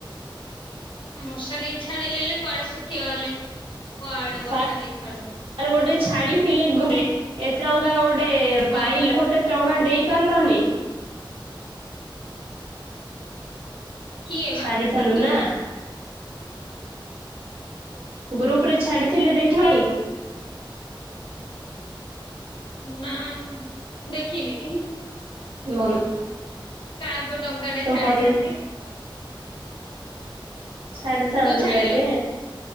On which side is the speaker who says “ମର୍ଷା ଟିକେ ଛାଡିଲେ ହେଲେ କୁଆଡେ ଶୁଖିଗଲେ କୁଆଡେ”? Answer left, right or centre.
Left